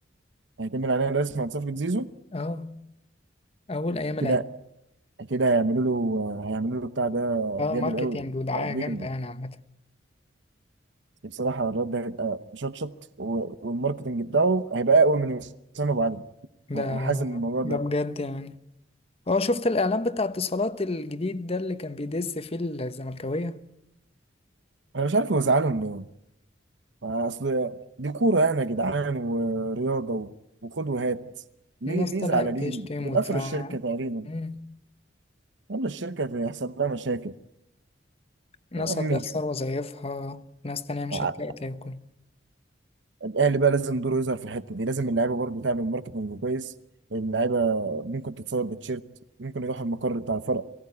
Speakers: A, on the right (about 65°); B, on the left (about 30°).
A: هيتم عليه رسم عن صفقة زيزو
B: اه اول ايام
A: كده
B: العيد
A: كده هيعملوا له هيعملوا له بتاع ده
B: اه
A: جامد
B: ماركتينج
A: قوي
B: ودعاية
A: تقديما
B: جامدة يعني عامة
A: بصراحة الواد ده هيبقى مشطشط و- والماركتنج بتاعه هيبقى اقوى من وسام ابو علي
B: ده
A: انا حاسس ان الموضوع
B: ده
A: ده
B: بجد يعني اه شفت الإعلان بتاع اتصالات الجديد ده اللي كان بيدس فيه الزملكاوية
A: انا مش عارف هو زعلهم ليه اصل دي كورة يعني يا جدعان ورياضة و- وخد وهات ليه
B: الناس
A: ليه
B: طلعت
A: زعلانين
B: تشتم
A: دول
B: وتزعق
A: قفلوا الشركة تقريبا
B: مم.
A: يلا الشركة هيحصل لها مشاكل
B: ناس
A: امي
B: هتخسر وظايفها ناس تانية مش
A: ع-
B: هتلاقي تاكل
A: الاهلي بقى لازم دوره يظهر في الحته دي لازم اللعيبه برضه تعمل ماركتنج كويس اللعيبه ممكن تتصور بتشيرت ممكن يروح المقر بتاع الفرق